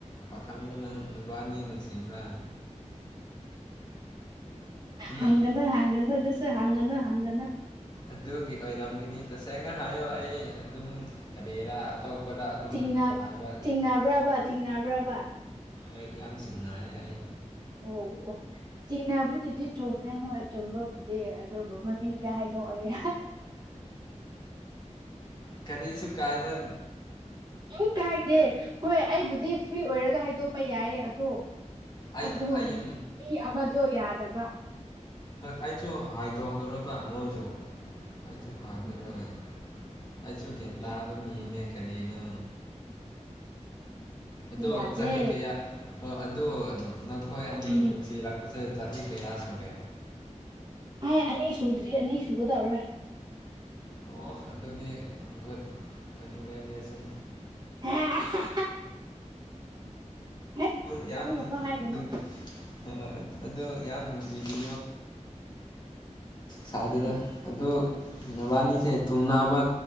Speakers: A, on the left; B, on the right.
A: ꯄꯥꯈꯪꯗ ꯅꯪ ꯅꯨꯕꯥꯅꯤ ꯅꯨꯡꯁꯤꯕ꯭ꯔꯥ ꯎꯝ
B: ꯍꯅ ꯍꯒꯅꯁꯨ ꯍꯪꯅ ꯍꯪꯅ
A: ꯑꯗꯨꯒꯤ ꯑꯣꯏꯔꯝꯒꯅꯤ ꯇꯁꯦꯡꯅ ꯍꯥꯏꯌꯣ ꯑꯩ ꯑꯗꯨꯝ ꯀꯔꯤꯔꯥ ꯑꯇꯣꯞꯄꯗ ꯑꯗꯨꯝ
B: ꯤꯡ
A: ꯍꯥꯏꯕ
B: ꯇꯤꯡꯅꯕ꯭ꯔꯕ ꯇꯤꯡꯅꯕ꯭ꯔꯕ
A: ꯑꯩ ꯌꯥꯝ ꯆꯤꯡꯅ ꯑꯩ
B: ꯑꯣ ꯆꯤꯅꯦꯕꯨ ꯇꯊꯤ ꯆꯣꯃꯦ ꯍ ꯆꯕꯥ ꯑꯗꯨꯕꯨ ꯃꯃꯤꯡꯗꯤ ꯍꯥꯏꯗꯣꯛꯑꯣꯦ
A: ꯀꯔꯤꯁꯨꯨ ꯀꯥꯏꯗ
B: ꯎꯝ ꯀꯥꯏꯗꯦ ꯍꯣꯏ ꯑꯩꯕꯨꯗꯤ ꯐ꯭ꯔꯤ ꯑꯣꯏꯔꯒ ꯍꯥꯏꯗꯣꯛꯄ ꯌꯥꯏ ꯑꯗꯣ
A: ꯑꯩ
B: ꯑꯗꯨꯣ
A: ꯑꯩ
B: ꯃꯤ ꯑꯃꯗꯣ ꯌꯥꯗꯕ
A: ꯍꯣꯏ ꯑꯩꯁꯨ ꯍꯥꯏꯗꯣꯛꯂꯔꯣꯏꯕ ꯅꯣꯏꯁꯨ ꯑꯩꯁꯨ ꯐꯖꯔꯣꯏ
B: ꯎꯝ
A: ꯑꯩꯁꯨ
B: ꯎꯝ
A: ꯒ꯭ꯌꯥꯟ ꯇꯥꯕ ꯃꯤꯅꯦ ꯀꯅꯤꯩꯅ ꯑꯗꯣ
B: ꯌꯥꯗꯦ
A: ꯆꯍꯤ ꯀꯌꯥ ꯑꯗꯨꯣ ꯅꯈꯣꯏ ꯑꯅꯤ
B: ꯎꯝ
A: ꯅꯨꯡꯁꯤ ꯂꯥꯛꯄꯁꯦ ꯁꯍꯤ ꯀꯌꯥꯁꯒꯦ
B: ꯑꯩ ꯑꯅꯤ ꯁꯨꯗ꯭ꯔꯤ ꯑꯅꯤ ꯁꯨꯒꯗꯧꯔꯦ
A: ꯑꯣ ꯑꯗꯨꯗꯤ ꯒꯨꯗ ꯀꯨꯂꯥꯏꯖꯦꯁꯟ
B: ꯍ ꯍꯦꯛ
A: ꯌꯥꯝ
B: ꯑꯗꯨꯒꯨꯝꯕ ꯍꯥꯏꯒꯅꯨ
A: ꯑꯗꯨꯝ ꯑ ꯑꯗꯨꯗ ꯌꯥꯝ ꯅꯨꯡꯁꯤꯕꯤ ꯁꯥꯗꯨꯗ
B: ꯎꯝ
A: ꯑꯗꯨ ꯑꯅꯤꯁꯦ ꯊꯨꯡꯅꯥꯕ